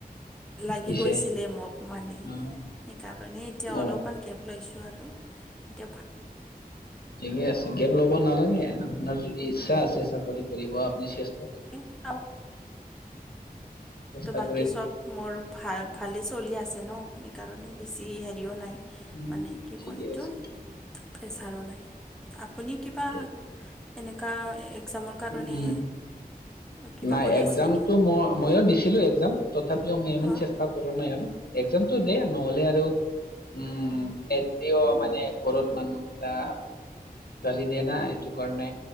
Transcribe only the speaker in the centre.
লাগি
গৈছিলে মোক মানে
সেইকাৰণে এতিয়া
অলপমান গেপ লৈছোঁ আৰু। এতিয়া ভত-
<unintelligible>
বাকী
চব মোৰ ভা ভালিছ চলি আছে ন সেইকাৰণে বেছি হেৰিও নাই।
মানে কি
কয় এইটো
প্ৰেছাৰো নাই আপুনি কিবা
এনেকা এক। এক্সামৰ কাৰণে
কিবা
কৰি
আছে নেকি
অঁ